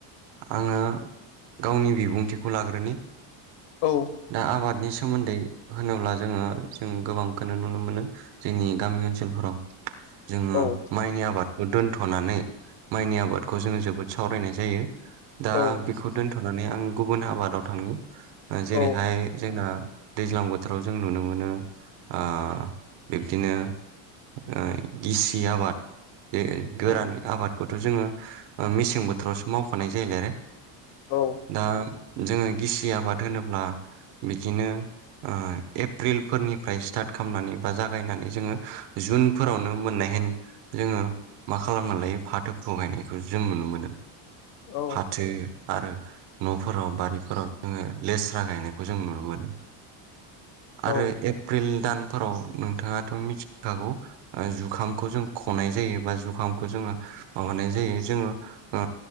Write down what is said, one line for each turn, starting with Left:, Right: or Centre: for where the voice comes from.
Right: आङो गावनि बिबुंथिखौ लाग्रोनि।
Left: औ
Right: दा आबादनि सोमोन्दै होनोब्ला जोङो जों गोबांखो नुनो मोनो। जोंनि गामि ओनसोलफोराव जोङो
Left: औ
Right: माइनि आबादखौ दोनथ'नानै माइनि आबादखौ जोङो जोबोद सावरायनाय जायो। दा
Left: औ
Right: बेखौ दोनथ'नानै आं गुबुन आबादाव थांनि ओ जेरैहाय
Left: औ
Right: जोंना दैज्लां बोथोराव जों नुनो मोनो ओ बिब्दिनो ओ गिसि आबाद बे गोरान
Left: उम
Right: आबादखौथ' जोङो ओ मेसें बोथोरावसो मावखानाय जायोलाय आरो
Left: औ
Right: दा जोङो गिसि आबाद होनोब्ला बिदिनो ओ एप्रिलफोरनिफ्राय स्टार्ट खामनानै बा जागायनानै जोङो जुनफोरावनो मोननाय हेन जोङो मा खालामना लायो फाथोफोरखौ गायनायखौ जों नुनो मोनो।
Left: औ
Right: थो आरो न'फोराव बारिफोराव जोङो लेस्रा गायनायखौ जों नुनो मोनो।
Left: औ
Right: आरो एप्रिल दानफोराव नोंथाङाथ' मिथिखागौ। ओ जुखामखौ जों खनाय जायो बा जुखामखौ जोङो माबानाय जायो जोङो ओ